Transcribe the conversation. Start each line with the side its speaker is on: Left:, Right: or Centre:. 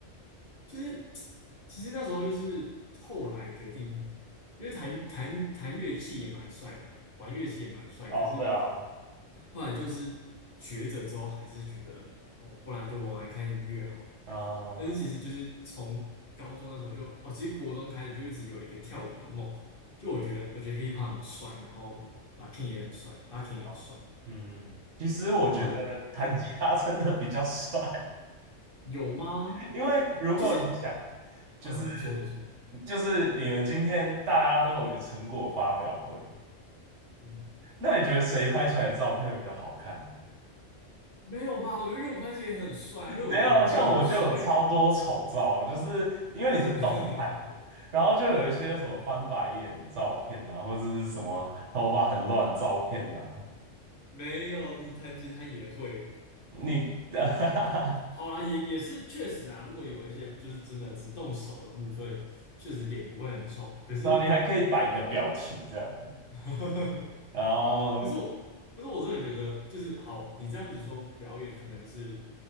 Left: 就是其实那时候就是后来决定，因为弹弹弹乐器也蛮帅的啊，玩乐器也蛮帅，
Right: 哦，
Left: 可是
Right: 对啊，
Left: 后来就是学着之后，还是觉得哦，不然就玩玩看音乐好了。
Right: 啊、哦
Left: 但是其实就是从高中那时候就哦，其实国中开始就一直有一个跳舞的梦，就我觉得我觉得 hiphop 很帅，然后 l o c k i n 也很帅 l o c k i n
Right: 哦，
Left: 也很帅，
Right: 嗯，其实我觉得弹吉他真的比较帅，
Left: 然后嗯，有吗？
Right: <laughs> 因为如果你想，
Left: 就是
Right: 就是
Left: 嗯，你说你说，
Right: 就是你们今天大家都有一个成果发表会，
Left: 嗯。
Right: 那你觉得谁拍起来的照片会比较好看？
Left: 没有吧？我觉得热舞拍戏也很帅啊，热舞的影片很帅诶。
Right: 没有，啊，像我就有超多丑照啊，就是因为你是动态的，
Left: <laughs>
Right: 然后就有一些什么翻白眼的照片啊，或者是什么头发很乱的照片啊，
Left: 没有，你弹吉他也会。
Right: 你，<laughs>
Left: 好啦，也也是确实啊。如果有一些就是真的只动手的部分，确实脸不会很丑。可是
Right: 然后你还可以摆个表情这样，
Left: <laughs>
Right: 然后
Left: 可是我，可是我真的觉得，就是好，你这样子说表演可能是